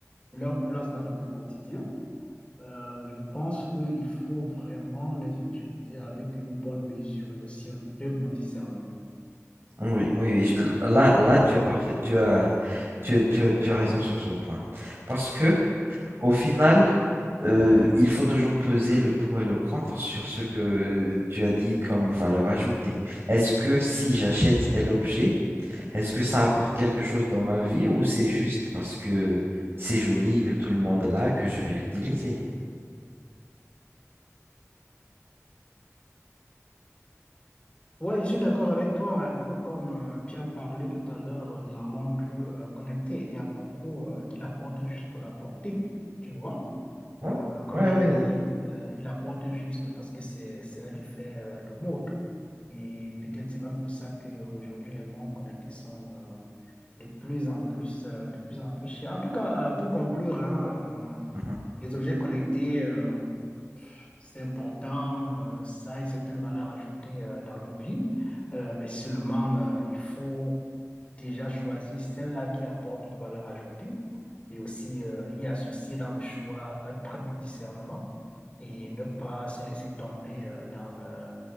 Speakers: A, on the left; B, on the right.
A: leur place dans notre quotidien, euh, je pense qu'il faut vraiment les utiliser avec une bonne mesure et aussi un très bon discernement.
B: Oui, oui, oui, je- Là, là, tu as parfait, tu as, tu, as tu, as tu as raison sur ce point. Parce que Au final, euh, il faut toujours peser le pour et le contre sur ce que tu as dit comme valeur ajoutée. Est-ce que si j'achète tel objet, est-ce que ça apporte quelque chose dans ma vie ou c'est juste parce que c'est joli, que tout le monde l'a, que je vais l'utiliser?
A: Ouais, je suis d'accord avec toi, un peu comme euh, tu as parlé tout à l'heure euh, de la montre euh, connectée. Il y a beaucoup euh, qui la portent juste pour la porter, tu vois.
B: Ouais,
A: Euh, comme
B: ouais,
A: tu
B: ouais.
A: as dit, euh, il la porte juste parce que c'est c'est un effet euh, de mode. Et peut-être c'est même pour ça qu'aujourd'hui, les montres connectées sont euh, de plus en plus, euh, de plus en plus chères. En tout cas, euh, pour conclure, hein, euh,
B: Mhm.
A: les objets connectés. euh, c'est important, euh, ça a une certaine valeur ajoutée euh, dans nos vies, euh, mais seulement euh, il faut déjà choisir celle-là qui apporte une valeur ajoutée et aussi euh, y associer dans le choix un très bon discernement et ne pas se laisser tomber euh, dans euh,